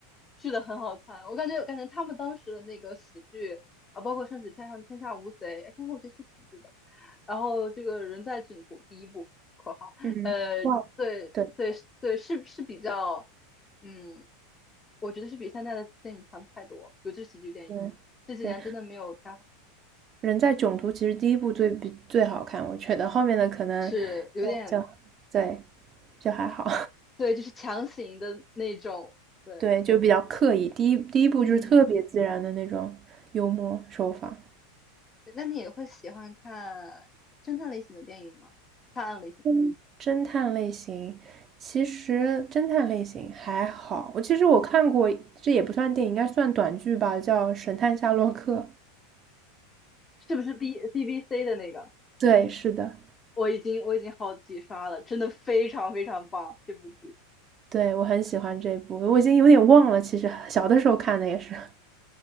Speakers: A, on the left; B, on the right.
A: 是的，很好看。我感觉，我感觉他们当时的那个喜剧啊，包括甚至《天上天下无贼》，哎，《天下无贼》是喜剧吧？然后这个人在囧途第一部（括号），
B: 嗯，
A: 呃，
B: 哇，
A: 对对对，
B: 对
A: 是是比较，嗯，我觉得是比现在的电影强太多，尤其是喜剧电影，
B: 对。
A: 这几年真的没有太好，
B: 对，人在囧途其实第一部最比最好看，我觉得后面的可能就就对
A: 是有点
B: 就还好，
A: 对，就是强行的那种，
B: <laughs>
A: 对，
B: 对就比较刻意。第一第一部就是特别自然的那种幽默手法。
A: 嗯。对那你也会喜欢看侦探类型的电影吗？探案类型
B: 嗯，侦探类型其实侦探类型还好，我其实我看过，这也不算电影，应该算短剧吧，叫《神探夏洛克》。
A: 是不是 B BBC 的那个？
B: 对，是的，
A: 我已经我已经好几刷了，真的非常非常棒这部剧。
B: 对我很喜欢这部，我已经有点忘了，其实小的时候看的也是。